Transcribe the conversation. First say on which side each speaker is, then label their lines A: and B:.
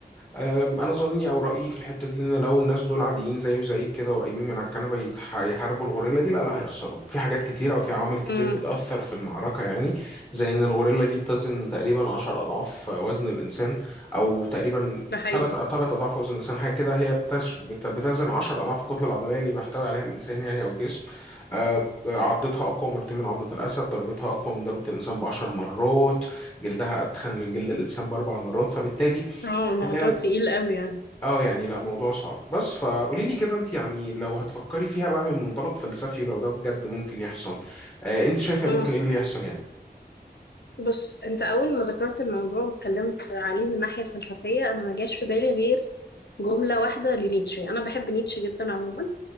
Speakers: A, on the left; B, on the left.
A: آم، انا ظني او رايي في الحته دي ان لو الناس دول عاديين زي وزي كده وقايمين من على الكنبه يتح- يحاربوا الغوريلا دي لا لا هيخسروا في حاجات كتيره او في عوامل كتير
B: امم
A: بتاثر في المعركه يعني زي ان الغوريلا دي بتزن تقريبا 10 اضعاف وزن الانسان او تقريبا
B: ده حقيقي
A: ثلاث ثلاث اضعاف وزن الانسان حاجه كده هي بتش... بت- بتزن 10 اضعاف الكتله العضليه اللي بيحتوي عليها الانسان يعني او الجسم آه، عضتها أقوى مرتين من عضة الأسد ضربتها أقوى من ضربة الإنسان بعشر مرات جلدها أتخن من جلد الإنسان بأربع مرات فبالتالي
B: اه الموضوع
A: خناقة
B: تقيل قوي يعني
A: اه يعني لا موضوع صعب بس فقولي لي كده انت يعني لو هتفكري فيها بقى من منطلق فلسفي ولو ده بجد ممكن يحصل آه انت شايفة
B: امم
A: ممكن ايه اللي يحصل يعني
B: بص انت اول ما ذكرت الموضوع واتكلمت عليه من ناحية فلسفية انا ما جاش في بالي غير جملة واحدة لنيتشه أنا بحب نيتشه جدا عموما